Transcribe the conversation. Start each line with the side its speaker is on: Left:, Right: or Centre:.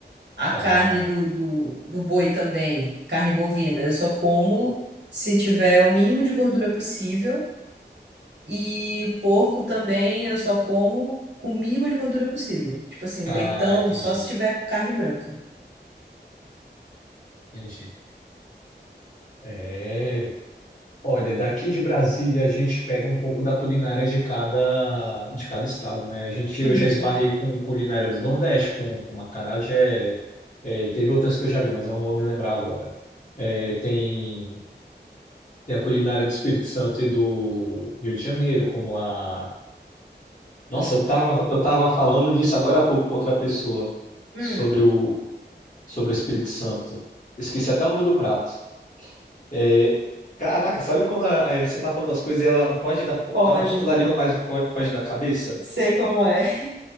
Right: A carne
Left: Ah,
Right: do, do, do boi também, carne bovina, eu só como se tiver o mínimo de gordura possível. E porco também, eu só como com o mínimo de gordura possível. Tipo assim, o
Left: ah,
Right: leitão,
Left: entendi,
Right: só se tiver carne branca.
Left: entendi. É. Olha, daqui de Brasília a gente pega um pouco da culinária de cada, de cada estado, né? A gente, eu
Right: Uhum.
Left: já esbarrei com culinária do Nordeste, com, com acarajé, é, teve outras que eu já vi, mas eu não vou me lembrar agora. É, tem, tem a culinária do Espírito Santo e do Rio de Janeiro, como a... Nossa, eu tava, eu tava falando nisso agora há pouco com outra pessoa,
Right: Hum,
Left: sobre o, sobre o Espírito Santo. Esqueci até o nome do prato. É, caraca, sabe quando a- é, você tá falando das coisas e ela foge da, po-
Right: pode.
Left: tá na ponta da língua, mas fo- foge da cabeça?
Right: Sei como é.